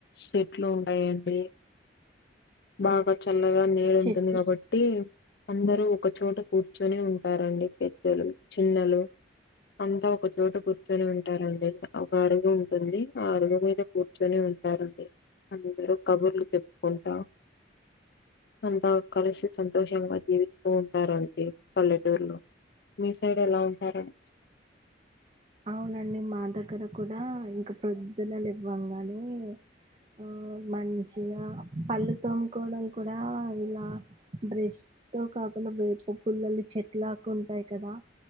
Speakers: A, on the left (about 60°); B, on the right (about 30°).
A: చెట్లు ఉంటాయండి బాగా చల్లగా అలాగే నీడ
B: చెట్టు
A: ఉంటుంది కాబట్టి అందరు ఒకచోట కూర్చొని ఉంటారండి పెద్దలు చిన్నలు అంతా ఒకచోట కూర్చొని ఉంటారండి ఒక అరుగు ఉంటుంది ఆ అరుగు మీద కూర్చొని ఉంటారండి అందరు కబుర్లు చెప్పుకుంటా అంతా కలిసి సంతోషంగా జీవిస్తూ ఉంటారండి పల్లెటూరులో మీ సైడ్ ఎలా ఉంటారండి
B: అవునండి మా దగ్గర కూడా ఇంకా ప్రొద్దున లేవంగానే ఆ మంచిగా పళ్ళు తోముకోవడం కూడా ఇలా బ్రష్ తో కాకుండా వేప పుల్లలు చెట్లకి ఉంటాయి కదా